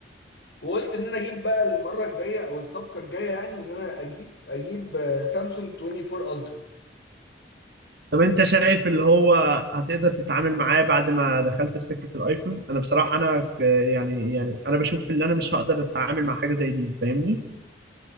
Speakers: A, on the left (about 70°); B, on the right (about 65°).
A: وقلت ان انا اجيب بقى المره الجايه او الصفقه الجايه يعني ان انا اجيب اجيب آه، سامسونج 24 الترا
B: طب انت شايف اللي هو هتقدر تتعامل معاه بعد ما دخلت في سكة الايفون انا بصراحة انا ك- يعني يعني انا بشوف اللي انا مش هقدر اتعامل مع حاجة زي دي فاهمني